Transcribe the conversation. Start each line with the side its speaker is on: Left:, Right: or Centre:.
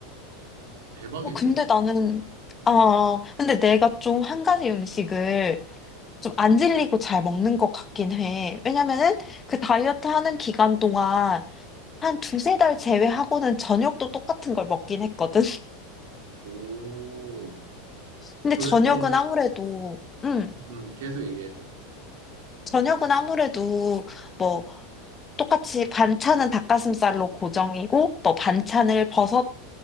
Right: 대박인데?
Left: 어, 근데 나는, 아, 근데 내가 좀 한 가지 음식을 좀 안 질리고 잘 먹는 것 같긴 해. 왜냐면은 그 다이어트 하는 기간 동안 한 두세 달 제외하고는 저녁도 똑같은 걸 먹긴 했거든. <laughs>
Right: 오,
Left: 근데
Right: 그래서,
Left: 저녁은 아무래도, 음,
Right: 음, 계속 얘기해줘.
Left: 저녁은 아무래도 뭐 똑같이 반찬은 닭가슴살로 고정이고, 뭐 반찬을 버섯